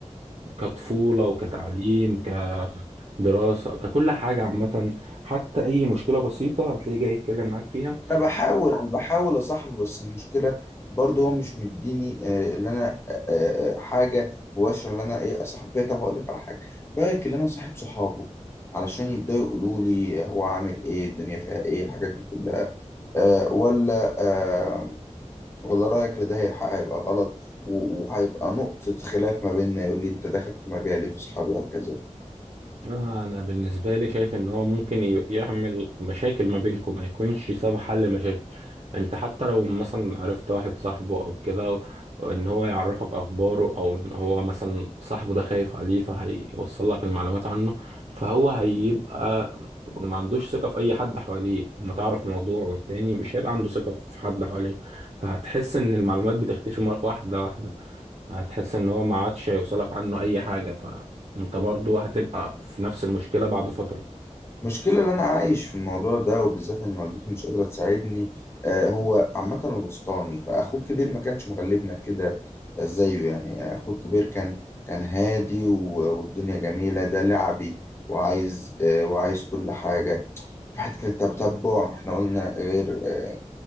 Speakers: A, on the right; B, on the left.
A: كطفولة وكتعليم كدراسة ككل حاجة عامة حتى أي مشكلة بسيطة هتلاقيه جاي يتكلم معاك فيها
B: انا بحاول انا بحاول اصاحبه بس المشكله برضه هو مش مديني آه، اللي انا آه، آه، آه، حاجه مباشره اللي انا ايه اصاحبه فيها طب هقول لك على حاجه رايك اللي انا صاحب صحابه علشان يبداوا يقولوا لي هو عامل ايه الدنيا فيها ايه الحاجات دي كلها أه ولا أه ولا رايك ان ده هي- هيبقى غلط و- وهيبقى نقطه خلاف ما بيننا يقول لي انت داخل في مجالي في اصحابي وهكذا
A: آه، انا بالنسبه لي شايف ان هو ممكن ي- يعمل مشاكل ما بينكم ما يكونش سبب حل مشاكل انت حتى لو مثلا عرفت واحد صاحبه او كده ان هو يعرفك اخباره او ان هو مثلا صاحبه ده خايف عليه فهيوصل لك المعلومات عنه فهو هيبقى ما عندوش ثقه في اي حد حواليه لما تعرف موضوع والتاني مش هيبقى عنده ثقه في حد حواليه فهتحس ان المعلومات بتختفي مره واحده واحده هتحس ان هو ما عادش هيوصلك عنه اي حاجه انت برضو هتبقى في نفس المشكلة بعد فترة
B: المشكلة اللي أنا عايش في الموضوع ده وبالذات إن والدتي مش قادرة تساعدني آه، هو عامة الوسطاني فأخوه الكبير ما كانش مغلبنا كده زيه يعني أخوه الكبير كان كان هادي و- والدنيا جميلة ده لعبي وعايز آه، وعايز كل حاجة في حتة التتبع إحنا قلنا غير آه،